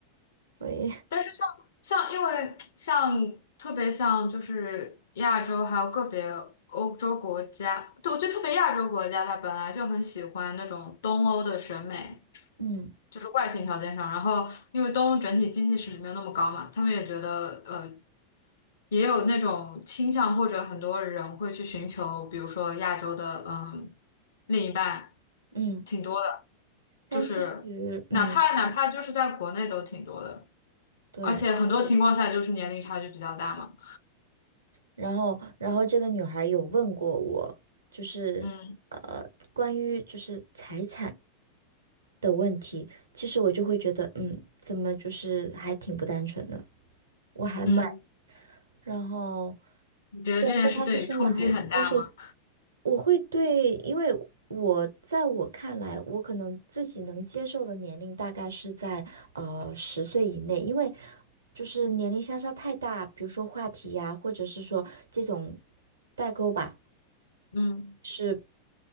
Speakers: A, on the right; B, on the left.
A: 所以
B: 但是像像因为像特别像就是亚洲还有个别欧洲国家，对，我觉得特别亚洲国家吧，本来就很喜欢那种东欧的审美，
A: 嗯
B: 就是外形条件上。然后因为东欧整体经济实力没有那么高嘛，他们也觉得呃也有那种倾向，或者很多人会去寻求，比如说亚洲的嗯另一半，
A: 嗯，
B: 挺多的，
A: 但其实嗯
B: 就是哪怕哪怕就是在国内都挺多的。
A: 对，
B: 而且很多情况下就是年龄差距比较大嘛。
A: 然后然后这个女孩有问过我，就是呃关于就是财产
B: 嗯
A: 的问题，其实我就会觉得嗯怎么就是还挺不单纯的，我还蛮
B: 嗯，
A: 然后
B: 你觉得这件事对你冲击很大吗？
A: 虽然说她是生了孩子，但是我会对，因为我在我看来，我可能自己能接受的年龄大概是在呃十岁以内，因为就是年龄相差太大，比如说话题呀，或者是说这种代沟吧，
B: 嗯
A: 是